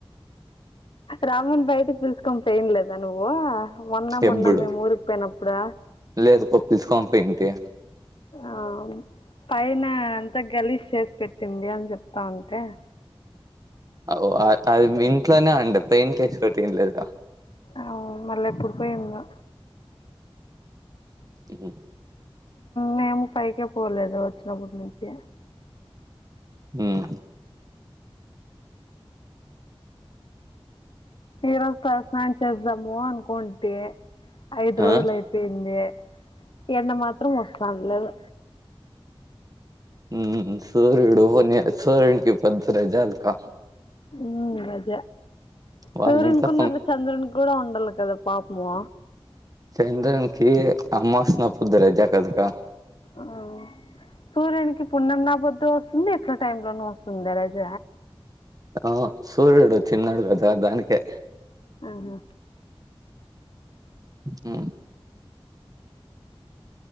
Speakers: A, on the left; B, on the right.
A: రామన్ బయటకి పిలుచకొని పోయిన్లేదా నువ్వు మొన్న మొన్న
B: ఎప్పుడు
A: మేము ఊరికిపోయినప్పుడు
B: లేదు <unintelligible> ఏంటి
A: ఆ పైన అంత గలీష్ చేసి పెట్టింది అని చెప్తా ఉంటే
B: అ అది ఇంట్లోనే అండి పెయింట్ పెట్టింలేదు
A: ఆవు మళ్ళీ ఎప్పుడు పోయిందో
B: అఓ
A: మేము పైకే పోలేదు వచ్చినప్పటి నుంచి
B: ఉమ్
A: ఈరోజు తల స్నానం చేద్దాము అనుకుంటే ఐదు రోజులు
B: ఆ
A: అయిపోయింది. ఎండ మాత్రం వస్తానులేదు
B: ఉమ్ సూర్యుడు ఒరినియక సూర్యునికి ఇబ్బంది జాలకా
A: ఉము రజ
B: వాళ్ళ
A: సూర్యన్
B: ఇంట్లో
A: కు న చంద్రన్ కూడా ఉండలు కదా పాపుము
B: చంద్రన్ కి అమ్మాస్ నపుద్దార అజ కదక
A: ఆ సూర్యునికి పున్నం నాబద్దు వస్తుంది ఎట్లా టై లోనూ వస్తుంది రజ
B: అవును సూర్యుడు చిన్నాడు వద దానికే
A: ఆహా
B: హ